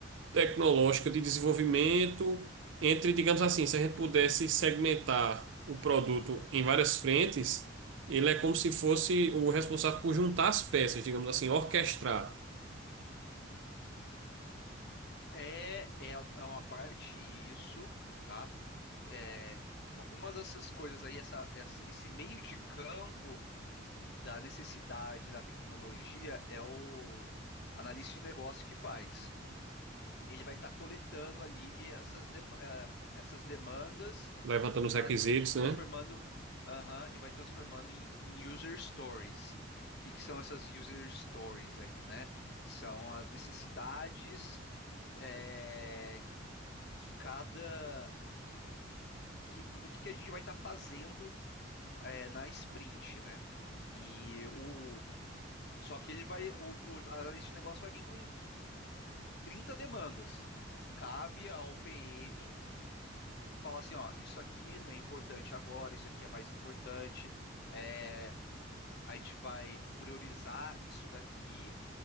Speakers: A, on the right; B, on the left.
A: tecnológica de desenvolvimento, entre, digamos assim, se a gente pudesse segmentar o produto em várias frentes, ele é como se fosse o responsável por juntar as peças, digamos assim, orquestrar,
B: É, é, um- é uma parte isso, tá? É, algumas dessas coisas aí, essa, essa- esse meio de campo da necessidade da tecnologia é o analista de negócio que faz. ele vai estar coletando ali essas, dem- eh, essas demandas
A: levantando
B: e faz
A: os requisitos,
B: e transformando
A: né?
B: aham, e vai transformando em, em user stories. O que, que são essas user stories aí, né? São as necessidades eh, que cada que, do que, que a gente vai estar fazendo eh, na sprint, né? E o só que ele vai o, o analista de negócio vai vir com 30 demandas. Cabe ao PM falar assim, ó, isso aqui não é importante agora, isso aqui é mais importante, é, a gente vai priorizar isso daqui,